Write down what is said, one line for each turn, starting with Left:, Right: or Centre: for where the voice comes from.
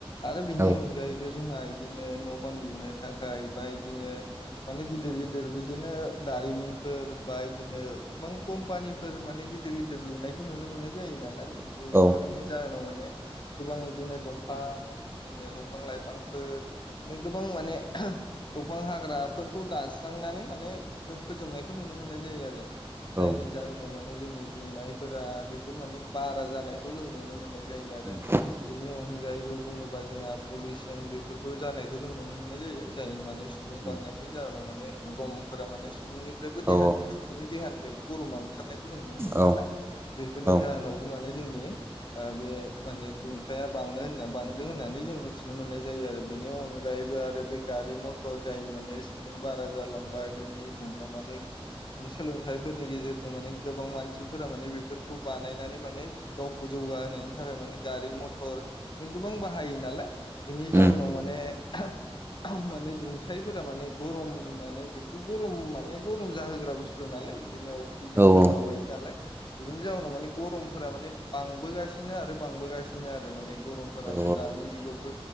Left: आरो बिनि
Right: औ
Left: अनगायैबो जोंहा इदिनो न' बां लुनो थाखाय बा बिदिनो माने गिदिर गिदिर बिदिनो दारिमिनफोर बा बिदिनो गोबां कम्पानिफोर माने गिदिर गिदिर लुनायखौ नुनो मोननाय जायो नालाय बेफोरनि
Right: औ
Left: जाहो न माने गोबां इदिनो दंफां बिदिनो दंफां लाइफांफोर गोबां माने <unintelligible> दंफां हाग्राफोरखौ दानस्रांनानै माने जों फोजोबनायखौ नुनो मोननाय जायो आरो जायनि
Right: औ
Left: जाहोनाव माने जों नि दुंनायफोरा बेफोर माने बारा जानायखौ जों नुनो मोननाय जायो आरो
Right: उम
Left: बिनि अनगायैबो बुङोबा जोंहा पलिउसन बेफोरबो जानायखौ जों नुनो मोननाय जायो जाय माने सुबुं
Right: उम
Left: बांनायनि जाहोन नाव माने गरमफोरा माने सुबुंनिफ्रायबो
Right: औ
Left: देहानि सुबुंनि देहानिफ्रायबो गरमा ओंखारनायखौ जों नुनो मोनो
Right: औ
Left: नालाय बेफोरनि
Right: औ
Left: जाहोनावबो माने जोंनि आ बे माने गुंथाया बाङो होनना बांदों होननानै जों मिथिनो मोननाय जायो आरो बेनि अनगायै बो आरो बे गारि मथर जाय माने सुबुं बारा जालांबाय बिनि जाहोनाव मानेे सोलोंथाइफोरनि गेजेरजों माने गोबां मानसिफोरा माने बेफोरखौ बानायनानै माने गावखौ जौगाहायनि थाखाय माने गारि मथर गोबां बाहायो नालाय बिनि जाउोनाव
Right: उम
Left: माने <unintelligible> माने दुंथाइफोरा माने गरमनानै बे ग गरम माने गरम जाहोग्रा बुस्थु नालाय बिदिनो अक्सिजेनफोर
Right: औ औ उम
Left: माबायो नालाय बेफोरनि जउनाव माने गरम फोर माने बांबोगासिनो आरो बांबोगासिनो आरो माने गरमफोरानो
Right: औ
Left: दानि जुगावथ'